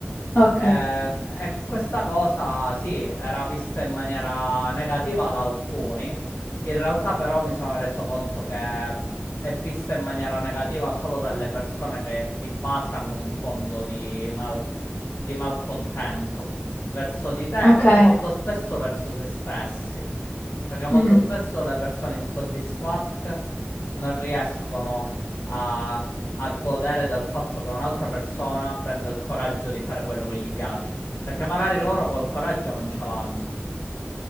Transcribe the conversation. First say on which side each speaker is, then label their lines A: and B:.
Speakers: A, on the left; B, on the left.
A: Ok,
B: Eh, e questa cosa sì, era vista in maniera negativa da alcuni, in realtà però mi sono reso conto che è vista in maniera negativa solo dalle persone che di base hanno un fondo di, mal- di malcontento verso di te
A: ok.
B: o molto spesso verso se stessi, perché molto
A: Mm.
B: spesso le persone insoddisfatte non riescono a, a godere del fatto che un'altra persona prende il coraggio di fare quello che gli piace, perché magari loro quel coraggio non ce l'hanno,